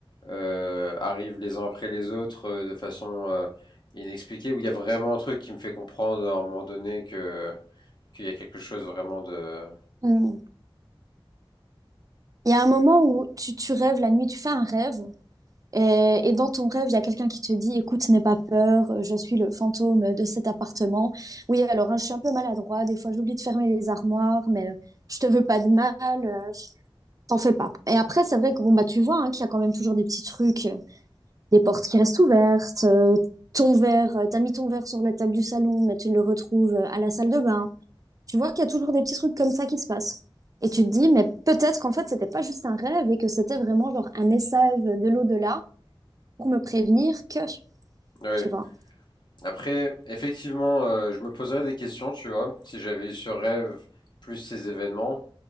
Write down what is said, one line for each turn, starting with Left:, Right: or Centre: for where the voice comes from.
Left: euh, arrivent les uns après les autres euh, de façon euh, inexpliquée, où il y a vraiment un truc qui me fait comprendre à un moment donné que qu'il y a quelque chose vraiment de...
Right: Hmm. Il y a un moment où tu, tu rêves la nuit, tu fais un rêve, et, et dans ton rêve, il y a quelqu'un qui te dit, écoute, n'aie pas peur, je suis le fantôme de cet appartement. Oui, alors hein, je suis un peu maladroit, des fois j'oublie de fermer les armoires, mais euh, je te veux pas de mal, euh, je- t'en fais pas. Et après, c'est vrai que bon bah tu vois hein, qu'il y a quand même toujours des petits trucs, euh, des portes qui restent ouvertes, euh, ton verre, euh, t'as mis ton verre sur la table du salon, mais tu le retrouves euh, à la salle de bain. Tu vois qu'il y a toujours des petits trucs comme ça qui se passent. Et tu te dis, mais peut-être qu'en fait, c'était pas juste un rêve et que c'était vraiment genre un message de l'au-delà pour me prévenir que,
Left: Oui.
Right: tu vois.
Left: Après, effectivement, euh, je me poserais des questions, tu vois, si j'avais eu ce rêve plus ces événements.